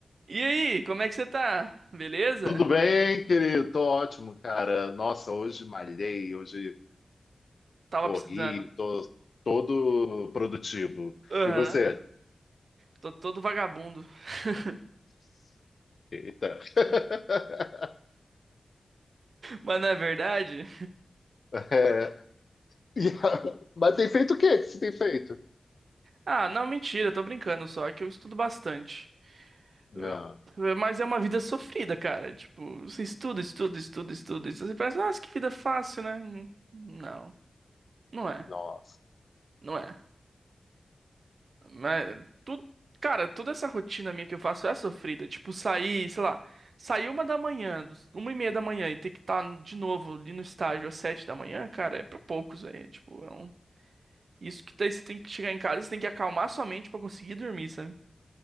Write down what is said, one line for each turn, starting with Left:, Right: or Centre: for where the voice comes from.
Right: E aí, como é que você tá? Beleza?
Left: Tudo bem, querido? Tô ótimo, cara. Nossa, hoje malhei, hoje
Right: Tava
Left: corri,
Right: precisando.
Left: tô todo produtivo.
Right: Aham.
Left: E você?
Right: Tô todo vagabundo. <laughs>
Left: Eita. <laughs>
Right: Mas não é verdade?
Left: É, e a- mas tem feito o que que você tem feito?
Right: Ah, não, mentira, tô brincando só, é que eu estudo bastante. Eu-
Left: Ah,
Right: Mas é uma vida sofrida, cara. Tipo, você estuda, estuda, estuda, estuda. E você pensa, nossa, que vida fácil, né? Não, não é.
Left: nossa.
Right: Não é. Mas, tudo, cara, toda essa rotina minha que eu faço é sofrida. Tipo, sair, sei lá, sair uma da manhã, dos- uma e meia da manhã e ter que estar de novo ali no estágio às sete da manhã, cara, é pra poucos, velho. Tipo, é um... Isso que daí você tem que chegar em casa, você tem que acalmar sua mente pra conseguir dormir, sabe?